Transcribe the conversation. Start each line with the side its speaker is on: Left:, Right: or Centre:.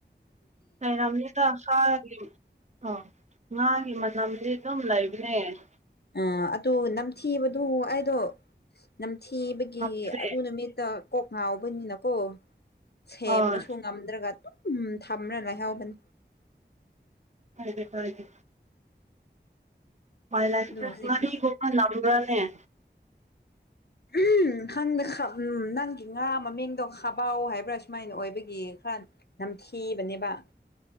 Right: ꯂꯩꯔꯕꯝꯅꯤꯗ ꯍꯥꯒꯤ ꯑꯣ ꯉꯥꯒꯤ ꯅꯝꯗꯤ ꯑꯗꯨꯝ ꯂꯩ ꯂꯩꯕꯅꯦ
Left: ꯑ ꯑꯗꯨ ꯅꯝꯊꯤꯕꯗꯨ ꯑꯩꯗꯣ ꯊꯤꯕꯒꯤ
Right: ꯉꯝꯗ꯭ꯔꯦ
Left: ꯑꯗꯨ ꯅꯨꯃꯤꯠꯇ ꯀꯣꯛ ꯉꯥꯎꯕꯅꯤꯅꯀꯣ ꯁꯦꯝꯕꯁꯨ
Right: ꯍꯣꯏ
Left: ꯉꯝꯗ꯭ꯔꯒ ꯎꯝ ꯊꯝꯕ꯭ꯔꯥ ꯂꯥꯏꯍꯥꯎꯕꯅꯤ
Right: ꯍꯥꯏ ꯐꯗꯤ ꯃꯥꯏ ꯂꯥꯏ
Left: ꯑꯗꯣ ꯍꯧꯖꯤꯛꯇꯤ
Right: ꯍꯅꯤꯒ ꯅ꯭ꯔꯥ ꯑ
Left: ꯎ ꯍꯪꯗ ꯅꯪꯒꯤ ꯉꯥ ꯃꯃꯤꯡꯗꯣ ꯈꯕꯥꯎ ꯍꯥꯏꯕ꯭ꯔꯥ ꯁꯨꯃꯥꯏꯅ ꯑꯣꯏꯕꯒꯤ ꯈꯔ ꯅꯝꯊꯤꯕꯅꯦꯕ